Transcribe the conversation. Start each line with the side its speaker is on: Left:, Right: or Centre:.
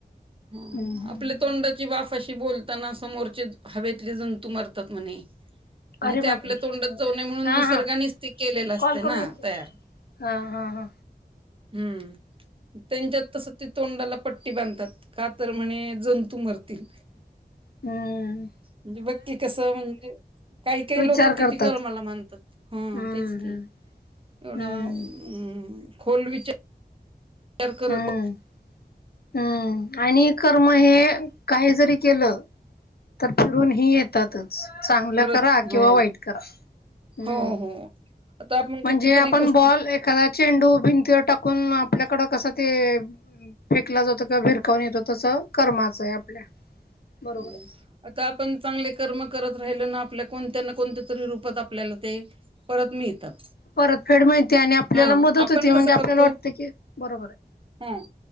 Right: हं
Left: हम्म हम्म
Right: आपल्या तोंडाची वाफ अशी बोलताना समोरचे हवेतले जंतू मारतात म्हणे. म्हणजे
Left: अरे
Right: ते
Left: बापरे
Right: आपल्या तोंडात जाऊ नय म्हणून
Left: हा
Right: निसर्गानेच
Left: हा
Right: ते केलेलं असते
Left: कॉल
Right: ना
Left: करून येते
Right: तयार.
Left: हा हा हा.
Right: हम्म त्यांच्यात तसं ते तोंडाला पट्टी बांधतात, का तर म्हणे जंतू मरतील.
Left: हम्म.
Right: म्हणजे बघ कि कसं म्हणजे काही काही
Left: विचार
Right: लोक किती
Left: करतात
Right: कर्माला मानतात, हं
Left: हम्म
Right: तेच की
Left: हम्म
Right: एवढा
Left: हम्म
Right: अं खोल विचार करत
Left: हम्म हम्म आणि कर्म हे काही जरी केलं, तर फिरून हे येतातंच चांगलं
Right: खरत
Left: करा
Right: हो
Left: किंवा वाईट करा हम्म
Right: हो हो आता आपण
Left: म्हणजे
Right: कितीतरी
Left: आपण
Right: गोष्टीत
Left: बॉल एखादा चेंडू भिंतीवर टाकून आपल्याकडं कसं ते फेकला जातो किंवा भिरकावून येतो तस कर्माचं आहे आपल्या. बरोबर
Right: हम्
Left: आहे.
Right: आता आपण चांगले कर्म करत राहिलं ना आपल्या कोणत्या ना कोणत्या त रूपात आपल्याला ते परत मिळतात.
Left: परतफेड माहिती आणि आपल्याला
Right: हा
Left: मदत
Right: आपण
Left: होती
Right: कसं
Left: म्हणजे आपल्याला
Right: करतो
Left: वाटते की बरोबर आहे.
Right: ह